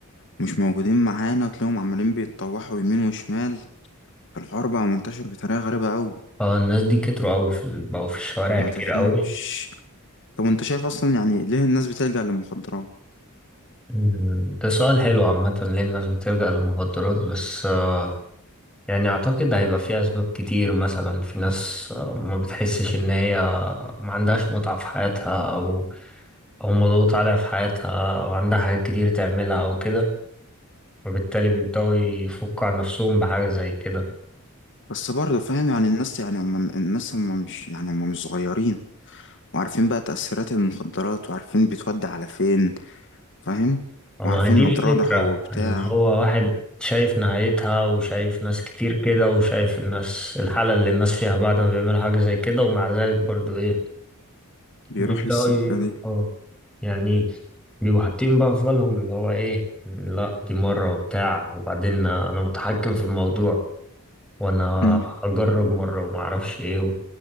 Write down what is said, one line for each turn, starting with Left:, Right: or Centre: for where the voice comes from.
Left: مش موجودين معانا تلاقيهم عمالين بيتطوحوا يمين وشمال الحوار بقى منتشر بطريقة غريبة قوي
Centre: فالناس دي كتروا قوي في بقوا في الشوارع
Left: ما
Centre: كتير
Left: تفهمش
Centre: قوي
Left: طب انت شايف اصلا يعني ليه الناس بتلجأ للمخدرات
Centre: أمم، ده سؤال حلو عامة ليه الناس بتلجأ للمخدرات بس آه، يعني أعتقد هيبقى فيه أسباب كتير مثلا في ناس آه، ما بتحسش إن هي ما عندهاش متعة في حياتها أو او مضغوط عليها في حياتها او عندها حاجات كتير تعملها او كده وبالتالي بيبدأوا يفكوا عن نفسهم بحاجة زي كده
Left: بس برضه فاهم يعني الناس يعني هم الناس هم مش يعني هم مش صغيرين وعارفين بقى تأثيرات المخدرات وعارفين بتودي على فين فاهم
Centre: ما
Left: وعارفين
Centre: هي دي الفكرة
Left: أضرارها وبتاع
Centre: ان هو واحد شايف نهايتها وشايف ناس كتير كده وشايف الناس الحالة اللي الناس فيها بعد ما بيعملوا حاجة زي كده ومع ذلك برضو ايه
Left: بيروح
Centre: بيبدأوا
Left: للستة
Centre: ي-
Left: دي
Centre: اه يعني بيبقوا حاطين بقى في بالهم اللي هو ايه لا دي مرة وبتاع وبعدين انا متحكم في الموضوع وانا
Left: امم
Centre: هجرب مرة ومعرفش ايه